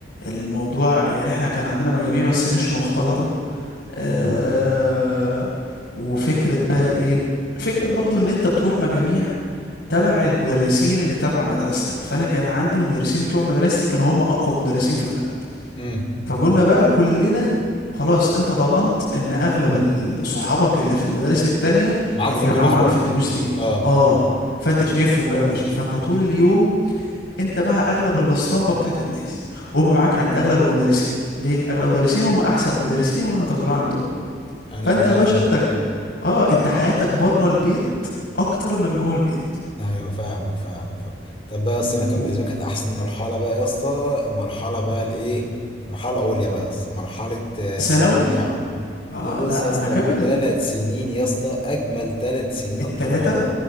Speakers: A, on the left; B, on the left.
A: الموضوع يعني احنا كان عندنا مجاميع بس مش مختلطة اه
B: امم
A: وفكرة بقى ايه فكرة برضو ان انت بتروح مجاميع تبع المدرسين اللي تبع مدرستك فانا كان عندي المدرسين بتوع مدرستي كانوا هم اقوى مدرسين في البلد
B: امم
A: فكنا بقى كلنا خلاص انت ضمنت ان اغلب ال- صحابك اللي في المدارس التانية
B: معاك
A: هيتجمعوا
B: في الدروس
A: معاك
B: برضه
A: في الدروس دي
B: اه
A: اه فانت شايفهم بقى يا باشا فانت طول اليوم انت مع اغلب الاسطمبه بتاعت الناس وهم معاك عند اغلب المدرسين ليه اغلب المدرسين هم احسن مدرسين واللي انت بتروح عندهم
B: انا
A: فانت
B: بقى
A: يا باشا انت اه انت حياتك بره البيت اكتر من جوه البيت
B: ايوه فاهمك فاهمك فاهم طب بقى يا اسطى
A: م،
B: انا كانت بالنسبه
A: و-
B: لي كانت احسن مرحله بقى يا اسطى المرحله بقى الايه مرحله عليا بقى يا اسطى مرحله آه،
A: ثانوي
B: ثانويه عامه
A: اه
B: يا
A: لا
B: بص يا اسطى
A: انا كامل
B: ثلاث سنين يا اسطى اجمل ثلاث سنين قضيتهم
A: التلاتة
B: في حياتي